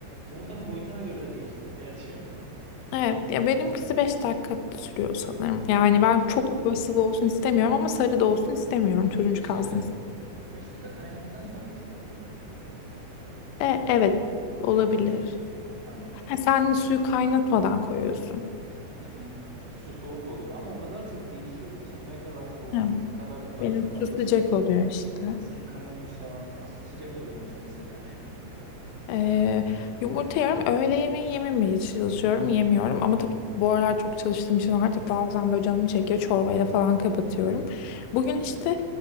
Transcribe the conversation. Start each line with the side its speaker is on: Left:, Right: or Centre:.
Right: Yumurtanın boyutuna göre de değişir gerçi. <laughs>
Left: Evet ya benimkisi beş dakika sürüyor sanırım. Yani
Right: Ha,
Left: ben çok da böyle sıvı olsun istemiyorum ama sarı da olsun istemiyorum. Turuncu
Right: beş
Left: kalsın
Right: dakika
Left: istiyorum.
Right: beş dakika kaynadıktan sonra beş dakika o zaman.
Left: E, evet olabilir.
Right: Tamam.
Left: Ha, sen suyu kaynatmadan koyuyorsun.
Right: Mm-mm. Su soğuk oluyor ama o kadar çok değişiyor ki su ne kadar soğuktu,
Left: Hı.
Right: ne kadar açtın
Left: Benim
Right: ateşi,
Left: su sıcak oluyor işte.
Right: nasıl kaynadı falan. Ha su sıcak oluyormuş mesela aynen.
Left: Ee, yumurta yiyorum. Öğle yemeği yememeye çalışıyorum. Yemiyorum. Ama tabii bu aralar çok çalıştığım için artık bazen böyle canım çekiyor. Çorbayla falan kapatıyorum. Bugün işte